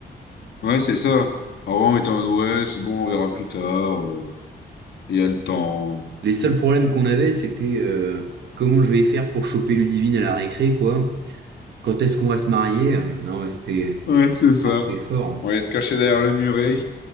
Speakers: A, on the left; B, on the right.
A: Ouais, c'est ça. Avant, on était en mode, ouais, c'est bon, on verra plus tard. euh, Il y a le temps.
B: Les seuls problèmes qu'on avait, c'était euh, comment je vais faire pour choper Ludivine à la récré, quoi. Quand est-ce qu'on va se marier? euh, Non, c'était,
A: Ouais, c'est ça.
B: ah, c'était fort. hein.
A: On allait se cacher derrière le muret.